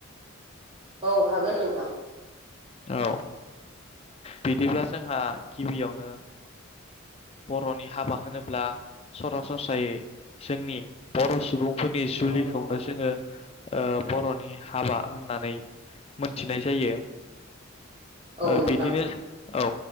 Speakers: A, on the right (about 25°); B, on the left (about 30°).
A: औ हागोन नोंथां।
B: औ बिदिब्ला जोंहा गिबियावनो बर'नि हाबा होनोब्ला सरासनस्रायै जोंनि बर' सुबुंफोर नि जुलिखौनो
A: औ नोंथां
B: जोङो ओ बर'नि हाबा होननानै मोनथिनाय जायो।
A: औ
B: ओ
A: नोंथां
B: बिदिनो औ